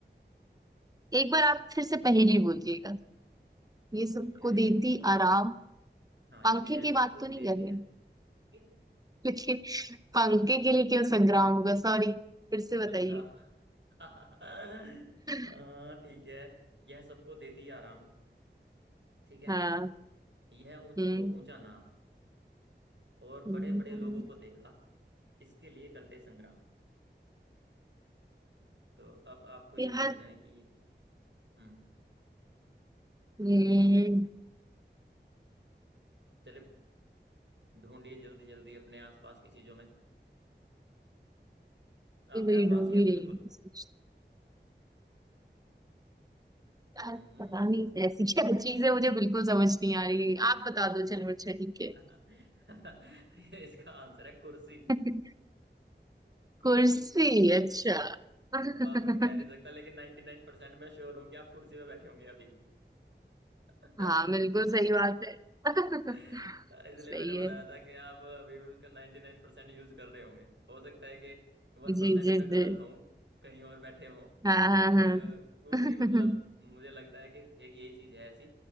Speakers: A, on the right; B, on the right.
A: एक बार आप फिर से पहेली बोलिएगा ये सबको
B: ठीक है
A: देती
B: एक
A: आराम
B: हाँ
A: पंखे
B: ये है
A: की
B: सबको
A: बात तो
B: देती
A: नहीं कर रहे
B: है कि
A: लेकिन पंखे के लिए क्यों संग्राम होगा सॉरी फिर से बताइए
B: पंखा <laughs> हाँ
A: <laughs>
B: ठीक है यह सबको देती है आराम ठीक है
A: हाँ
B: यह ऊंची
A: हम्म
B: तो ऊंचा नाम और
A: हम्म,
B: बड़े बड़े लोगों को देखा इसके लिए करते संग्राम तो अब आपको ये
A: यार
B: बूझना है कि हम्म
A: हम्म,
B: चले ढूंढिए जल्दी जल्दी अपने आसपास की चीजों में
A: ये
B: आपके
A: वही
B: आसपास
A: ढूंढ
B: ये
A: ही रही
B: बिल्कुल
A: हूँ सोच- यार
B: हम्म
A: पता नहीं ऐसी क्या चीज है मुझे बिल्कुल समझ नहीं आ रही आप बता दो चलो अच्छा ठीक है
B: <laughs> इसका आंसर है कुर्सी
A: <laughs>
B: <laughs> कुर्सी
A: कुर्सी अच्छा <laughs>
B: अब आप मैं कह नहीं सकता लेकिन 99% मैं श्योर हूं कि आप कुर्सी पे बैठे होंगे अभी <laughs>
A: हाँ बिल्कुल सही बात है
B: <laughs>
A: <laughs>
B: इसलिए
A: सही
B: मैंने बताया
A: है
B: था कि आप अभी भी उसका 99% नाइन परसेंट यूज कर रहे होंगे हो सकता है कि वन
A: जी
B: परसेंट
A: जी
B: में गलत
A: जी
B: हों कहीं और बैठे हों
A: हाँ हाँ
B: बट
A: हाँ
B: कुर्सी
A: <laughs>
B: मतलब मुझे लगता है कि एक यही चीज है ऐसी